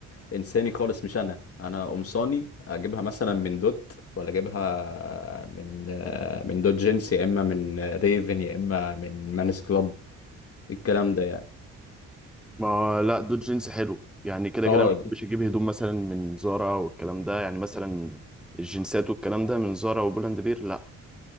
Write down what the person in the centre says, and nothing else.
ما لا دول جينز حلو يعني كده
كده ما بحبش اجيب هدوم مثلا من زارا والكلام ده يعني مثلا الجنسات والكلام ده من زارا وبولاند بير لا